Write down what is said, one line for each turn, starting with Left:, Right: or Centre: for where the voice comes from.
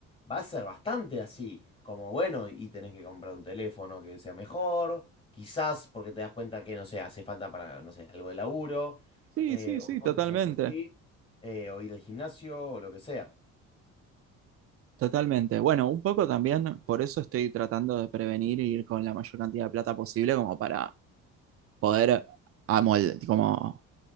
Left: va a ser bastante así, como bueno, y tenés que comprar un teléfono que sea mejor, quizás porque te das cuenta que, no sé, hace falta para, no sé, algo de laburo,
Right: Sí,
Left: eh,
Right: sí, sí,
Left: o cosas
Right: totalmente.
Left: así, eh, o ir al gimnasio, o lo que sea.
Right: Totalmente. Bueno, un poco también, por eso estoy tratando de prevenir y ir con la mayor cantidad de plata posible como para poder amol- como